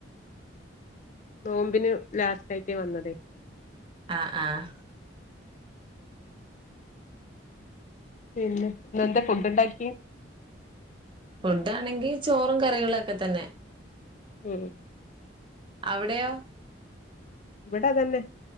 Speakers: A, on the left; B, on the right.
A: നോമ്പിന് ലാസ്റ്റയിട്ട് വന്നതേയ്നു
B: ആഹ് ആഹ്
A: പിന്നെ ഇന്നേന്തെ ഫുഡ്ണ്ടാക്കി
B: ഫുഡ്‌ ആണെങ്കി ചോറും കറികളും ഒക്കെ തന്നെ
A: ഉം
B: അവിടെയോ
A: ഇവിടെ അതന്നെ